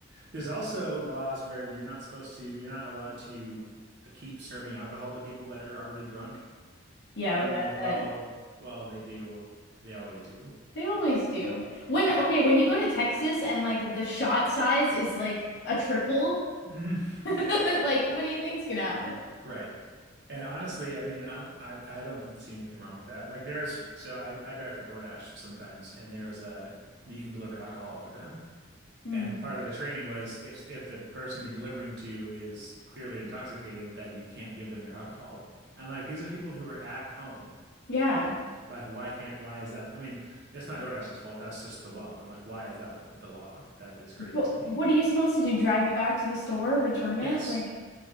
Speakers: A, on the right (about 55°); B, on the left (about 55°).
A: There's also laws where you're not supposed to you're not allowed to uh, keep serving alcohol to people that are already drunk.
B: Yeah,
A: And
B: we
A: I'm
B: got
A: like, well,
B: that.
A: well, they do. They always do.
B: They always
A: Right.
B: do. When
A: And I
B: okay, when you go to Texas and like the shot size is like a triple,
A: <laughs>
B: <laughs> like what do you think's gonna happen?
A: Right. And honestly, I mean, I I, I don't th- see anything wrong with that. Like there's so I I drive for DoorDash sometimes and there's a you can deliver alcohol for them.
B: Hmm.
A: And part of the training was if if the person you're delivering to is clearly intoxicated that you can't give them their alcohol. And like these are people who are at home.
B: Yeah.
A: Like why can't why is that? I mean, it's not DoorDash's fault. That's just the law. But I'm like, why is that the, the law? That is crazy
B: What
A: to me.
B: what are you supposed to do? Drive it back to the store, return it?
A: Yes.
B: Like